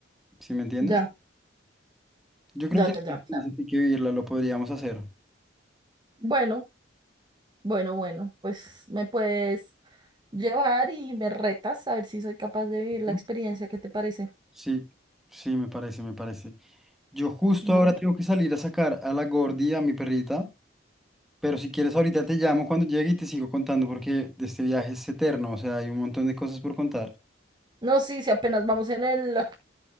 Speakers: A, in the centre; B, on the right.
A: ¿Sí me entiendes?
B: Ya,
A: Yo
B: ya,
A: creo que
B: ya, ya,
A: sí,
B: claro.
A: sí hay que vivirla, lo podríamos hacer.
B: Bueno. Bueno, bueno, pues me puedes llevar y me retas a ver si soy capaz de vivir la
A: Ujú.
B: experiencia. ¿Qué te parece?
A: Sí, sí, me parece, me parece. Yo justo
B: No,
A: ahora tengo que salir a sacar a la Gordi, a mi perrita, pero si quieres ahorita te llamo cuando llegue y te sigo contando porque de este viaje es eterno, o sea, hay un montón de cosas por contar.
B: no, sí, si apenas vamos en el,